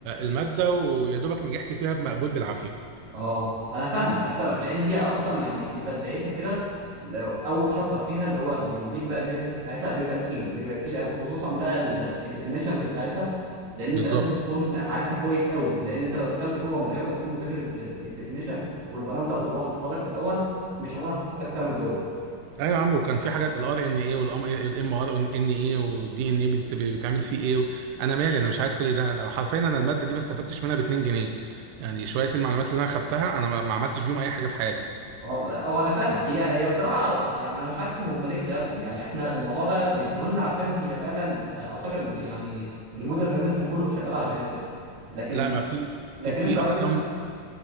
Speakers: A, on the right; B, on the right.
A: الماده ويا دوبك نجحت فيها بمقبول بالعافيه
B: اه انا فاهمك انا فاهمك لان هي اصلا يعني انت بدايتها كده لو اول شابتر فيها اللي هو بيديك بقى البيزكس بتاعتها بيبقى تقيل بيبقى تقيل قوي خصوصا بقى الديفينيشنز بتاعتها لان
A: بالظبط
B: انت لازم تكون عارفها كويس قوي لان انت لو دخلت جوه من غير ما تكون مذاكر الديفينيشنز والبارامترز اللي هو حاططها لك في الاول مش هتعرف تفهم من جوه
A: ايوه يا عم وكان في حاجات الار ان اي والام ار ان اي والدي ان اي بيتعمل فيه ايه و- انا مالي انا مش عايز كل ده انا حرفيا انا الماده دي ما استفدتش منها ب 2 جنيه يعني شويه المعلومات اللي انا خدتها انا ما ما عملتش بيهم اي حاجه في حياتي
B: اه لا، هو انا فاهمك هي هي بصراحه يعني انا مش عارف ليه هم ليه اديها لكم يعني احنا الموضوع ده بيديهولنا عشان هي فعلا اعتقد يعني المودرن ميديسن كله شغال على الجينيتكس لكن
A: لا ما في
B: لكن
A: في في
B: انت راجل
A: اقسام